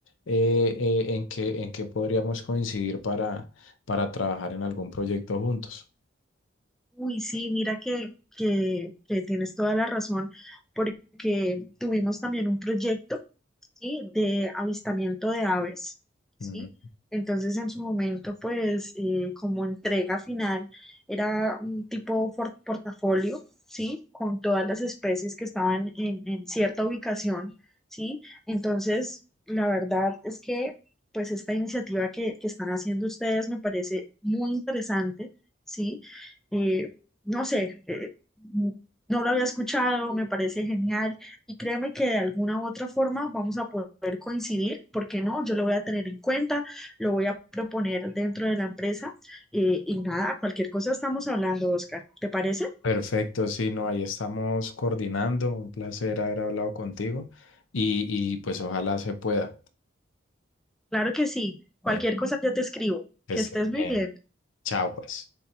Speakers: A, on the left (about 85°); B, in the centre.
A: eh, eh, en qué, en qué podríamos coincidir para, para trabajar en algún proyecto juntos.
B: Uy, sí, mira que, que, que tienes toda la razón, porque tuvimos también un proyecto. ¿sí? de avistamiento de aves, ¿sí?
A: Mm,
B: Entonces, en su momento, pues, eh, como entrega final, era un tipo for- portafolio, ¿sí? Con todas las especies que estaban en, en cierta ubicación, ¿sí? Entonces, la verdad es que, pues, esta iniciativa que, que están haciendo ustedes me parece muy interesante, ¿sí? Eh, no sé, eh, no lo había escuchado, me parece genial. Y créeme que de alguna u otra forma vamos a poder coincidir, porque no? Yo lo voy a tener en cuenta, lo voy a proponer dentro de la empresa eh, y nada, cualquier cosa estamos hablando, Oscar. ¿Te parece?
A: Perfecto, sí, no, ahí estamos coordinando. Un placer haber hablado contigo y, y pues ojalá se pueda.
B: Claro que sí. Cualquier
A: Bueno,
B: cosa yo te escribo.
A: que
B: Que
A: estés
B: estés muy
A: bien.
B: bien.
A: Chao, pues.